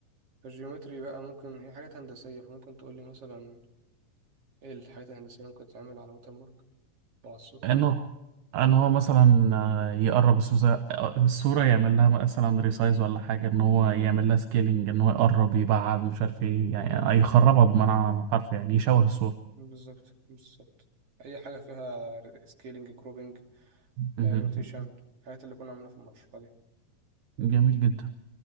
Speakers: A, on the right; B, on the right.
A: الجيومتري بقى ممكن هي حاجات هندسية فممكن تقول لي مثلا ايه الحاجات الهندسية اللي ممكن تتعمل على ووتر مارك او على الصورة
B: انه ان هو مثلا آه، يقرب الصوره الصوره يعمل لها مثلا ريسايز ولا حاجه ان هو يعمل لها سكيلينج ان هو يقرب يبعد مش عارف ايه يعني آه، يخربها بمعنى حرف يعني يشوه الصوره
A: بالظبط بالظبط اي حاجة فيها سكيلينج كروبنج
B: مهم.
A: روتيشن الحاجات اللي كنا عاملينها في المشروع دي
B: جميل جدا